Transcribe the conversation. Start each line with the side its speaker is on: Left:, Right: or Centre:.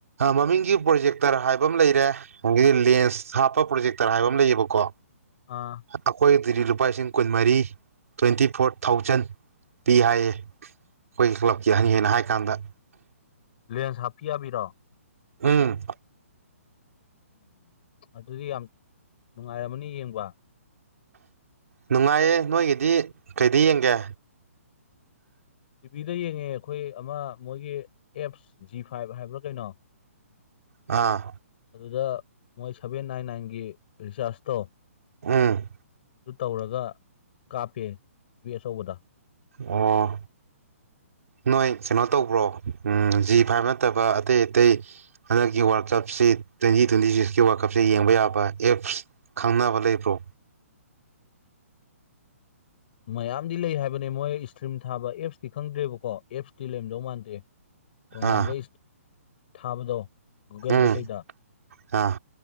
Right: ꯃꯃꯤꯡꯒꯤ ꯄ꯭ꯔꯣꯖꯦꯛꯇꯔ ꯍꯥꯏꯕ ꯑꯃ ꯂꯩꯔꯦ ꯍꯪꯗꯤ ꯂꯦꯟꯁ ꯍꯥꯞꯄ ꯄ꯭ꯔꯣꯖꯦꯛꯇꯔ ꯍꯥꯏꯕ ꯑꯃ ꯂꯩꯌꯦꯕꯀꯣ
Left: ꯑꯥ
Right: ꯑꯩꯈꯣꯏꯗꯗꯤ ꯂꯨꯄꯥ ꯂꯤꯁꯤꯡ ꯀꯨꯟꯃꯔꯤ ꯇ꯭ꯋꯦꯟꯇꯤ ꯐꯣꯔ ꯊꯥꯎꯖꯟ ꯄꯤ ꯍꯥꯏꯌꯦ ꯑꯩꯈꯣꯏꯒꯤ ꯀ꯭ꯂꯕꯀꯤ ꯑꯍꯟꯅ ꯍꯥꯏ ꯀꯥꯟꯗ
Left: ꯂꯦꯟꯁ ꯍꯥꯞꯄꯤ ꯌꯥꯕꯤꯔꯣ
Right: ꯎꯝ
Left: ꯑꯗꯨꯗꯤ ꯌꯥꯝ ꯅꯨꯡꯉꯥꯏꯔꯝꯃꯅꯤ ꯌꯦꯡꯕ
Right: ꯅꯨꯡꯉꯥꯏꯌꯦ ꯅꯣꯏꯒꯤꯗꯤ ꯀꯩꯗꯤ ꯌꯦꯡꯒꯦ
Left: ꯇꯤꯚꯤꯗ ꯌꯦꯡꯉꯦ ꯑꯩꯈꯣꯏ ꯑꯃ ꯃꯣꯏꯒꯤ ꯑꯦꯞꯁ ꯖꯤ ꯐꯥꯏꯚ ꯍꯥꯏꯕ꯭ꯔꯥ ꯀꯩꯅꯣ
Right: ꯑꯥ
Left: ꯑꯗꯨꯗ ꯃꯣꯏ ꯁꯚꯦꯟ ꯅꯥꯏꯟ ꯅꯥꯏꯟꯒꯤ ꯔꯤꯆꯥꯔꯖ ꯇꯧ
Right: ꯑ
Left: ꯑꯗꯨ ꯇꯧꯔꯒ ꯀꯥꯞꯄꯦ <unintelligible> ꯑꯆꯧꯕꯗ
Right: ꯑꯣ ꯅꯣꯏ ꯀꯩꯅꯣ ꯇꯧꯕ꯭ꯔꯣ ꯖꯤ ꯐꯥꯏꯕ ꯅꯠꯇꯕ ꯑꯇꯩ ꯑꯇꯩ ꯍꯟꯗꯛꯀꯤ ꯋꯥꯔꯜ ꯀꯞꯁꯤ ꯇ꯭ꯋꯦꯟꯇꯤ ꯇ꯭ꯋꯦꯟꯇꯤ ꯁꯤꯛꯁꯀꯤ ꯋꯥꯔꯜ ꯀꯞꯁꯤ ꯌꯦꯡꯕ ꯌꯥꯕ ꯑꯦꯞꯁ ꯈꯪꯅꯕ ꯂꯩꯕ꯭ꯔꯣ
Left: ꯃꯌꯥꯝꯗꯤ ꯂꯩ ꯍꯥꯏꯕꯅꯦ ꯃꯣꯏ ꯏꯁꯇ꯭ꯔꯤꯝ ꯊꯥꯕ ꯑꯦꯞꯁꯇꯤ ꯈꯪꯗ꯭ꯔꯦꯕꯀꯣ ꯑꯦꯞꯁꯇꯤ ꯂꯩꯔꯝꯗꯧ ꯃꯥꯟꯗꯦ ꯇꯣꯉꯥꯟꯕ
Right: ꯑꯥ
Left: ꯊꯥꯕꯗꯣ ꯒꯨꯒꯜꯗ
Right: ꯎꯝ
Left: ꯀꯩꯗ
Right: ꯑꯥ